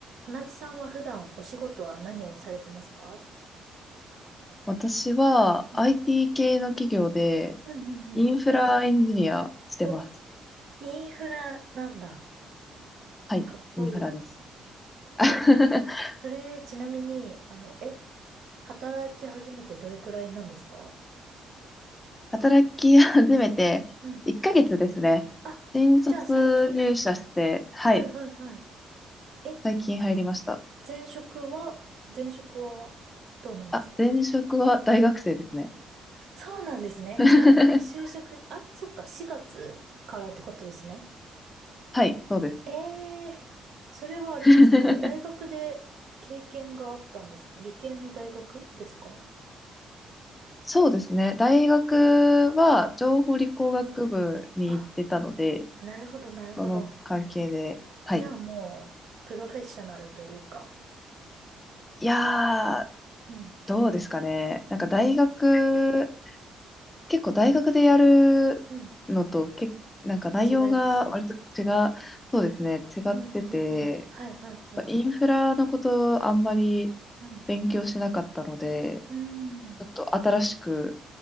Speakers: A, on the right; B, on the left.
A: 花地さんは普段お仕事は何をされてますか
B: 私は
A: うん
B: IT 系の企業で
A: うんうんうん。
B: インフラエンジニアしてます。
A: お、インフラなんだ。
B: はい、
A: かっこいい。
B: インフラです。<laughs>
A: え、それちなみに、あの、え、働き始めてどれくらいなんですか
B: 働き始めて1ヶ月ですね。
A: うん。あ、
B: 新卒入社して、
A: じゃあ最近
B: はい、
A: はいはいはい。え、
B: 最近入りました。
A: 前職は、前職はどうなんですか
B: あ、前職は大学生ですね。
A: そうなんですね。
B: <laughs>
A: じゃあ、就職、あ、そっか、4月からってことですね。
B: はい、そうです。
A: ええそれはあれですか大学で経験があったんですか理系の大学ですか
B: <laughs> そうですね。大学は情報理工学部に行ってたので、
A: うんうんあ、なるほど、なるほど。
B: その関係で、はい。
A: じゃあもう、プロフェッショナルというか。
B: いやー、
A: うん、
B: どうですかね。なんか大学、結構大学でやるのと、
A: うん。
B: け、なんか内容が割と違う、
A: 違います
B: そうですね、違ってて、
A: うん、うん、うん。はい、はい、はい。
B: インフラのことあんまり
A: うん。
B: 勉強しなかったので、
A: うーん。
B: ちょっと新しく